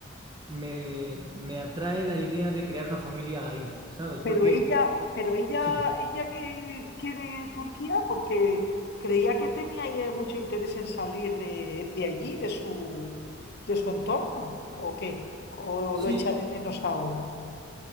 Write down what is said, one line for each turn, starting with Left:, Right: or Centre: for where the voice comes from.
Right: me, me atrae la idea de crear una familia ahí, ¿sabes? Porque...
Left: Pero ella, pero ella,
Right: Sí.
Left: ella que quiere Turquía porque creía que tenía ella mucho interés en salir de, de allí, de su, de su entorno, ¿o qué? ¿O,
Right: Sí,
Left: lo echa de menos ahora?